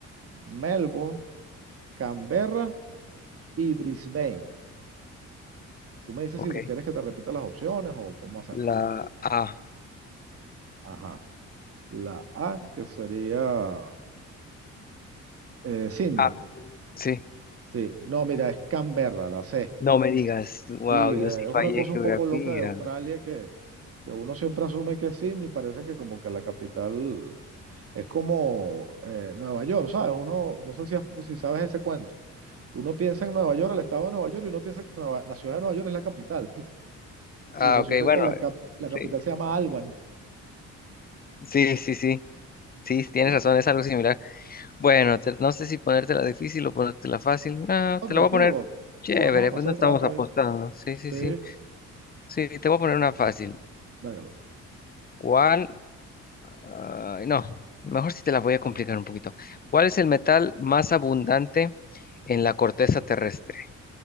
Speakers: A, on the right; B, on the left.
A: Melbourne, Canberra y Brisbane. Tú me dices
B: Ok.
A: si quieres que te repita las opciones o cómo hacemos.
B: La A.
A: Ajá. La A, que sería eh, Sydney.
B: Ah, sí.
A: Sí, no, mira, es Canberra, la C.
B: No me digas. Wow,
A: Sí, eh,
B: yo sí
A: es
B: fallé
A: una cosa un
B: geografía.
A: poco loca de Australia que, que uno siempre asume que es Sydney, parece que como que la capital es como eh, Nueva York, ¿sabes? Uno, no sé si, has- si sabes ese cuento. Uno piensa en Nueva York, el estado de Nueva York, y uno piensa que Nueva- la ciudad de Nueva York es la capital. <laughs>
B: Ah,
A: Y resulta
B: ok, bueno,
A: que la, cap- la capital
B: sí,
A: se llama Albany.
B: sí, sí, sí. Sí, tienes
A: Sí.
B: razón, es algo similar. Bueno, te- no sé si ponértela difícil o ponértela fácil. No,
A: No,
B: te
A: tranquilo,
B: la voy a poner
A: va-
B: chévere,
A: vamos a pasar
B: pues no
A: el
B: estamos
A: rato
B: apostando.
A: ahí.
B: Sí, sí,
A: Sí,
B: sí. Sí, te voy a poner una fácil.
A: Dágale.
B: ¿Cuál? ah, no, mejor si te la voy a complicar un poquito. ¿Cuál es el metal más abundante en la corteza terrestre?